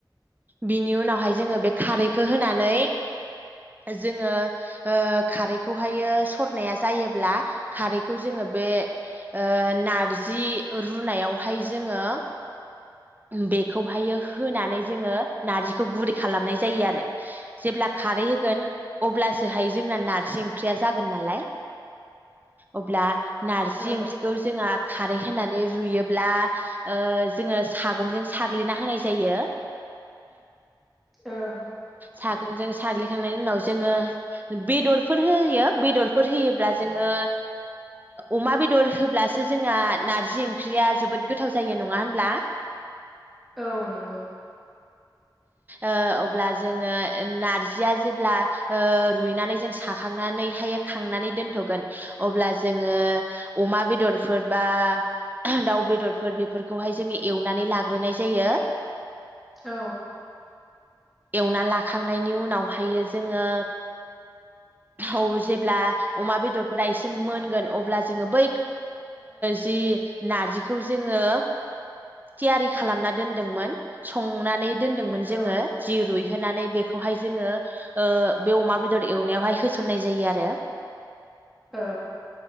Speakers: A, on the right; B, in the centre.
A: बिनि उनावहाय जोङो बे खारैखौ होनानै जोङो खारैखौहायो सरनाया जायोब्ला खारैखौ जोङो बे ओ नारजि रुनायावहाय जोङो बेखौहायो होनानै जोङो नारजिखौ गुरै खालामनाय जायो आरो जेब्ला खारै होगोन अब्लासोहाय जोंना नारजि ओंख्रिया जागोन नालाय अब्ला नारजि
B: औ
A: ओंख्रिखौ जोंहा खारै होना नै रुयोब्ला जोङो सागंजों साग्लिना होनाय जायो
B: ओं
A: सागंजों साग्लिखांनायनि उनाव जोङो बेदरफोर होयो बेदरफोर होयोब्ला जोङो अमा बेदर होब्लासो जोंहा नारज जि ओंख्रिया जोबोद गोथाव जायो नङा होनब्ला
B: औ नंगौ
A: अब्ला जोङो नारजिया जेब्ला रुइनानै जों साखांनानैहाय खांनानै दोनथ'गोन अब्ला जोङो अमा बेदरफोर बा दाउ बेदरफोर बेफोरखौहाय जोङो एवनानै लाग्रोनाय जायो
B: औ
A: एवना लाखांनायनि उनावहायो जोङो औ जेब्ला अमा बेदरफोरा एसे मोनगोन अब्ला जोङो बै जि नारजिखौ जोङो थियारि खालामना दोनदोंमोन संनानै दोनदोंमोन जोङो
B: औ
A: जिरुइ होनानै बेखौहाय जोङो बे अमा बेदर एवनायावहाय होसननाय जायो आरो
B: औ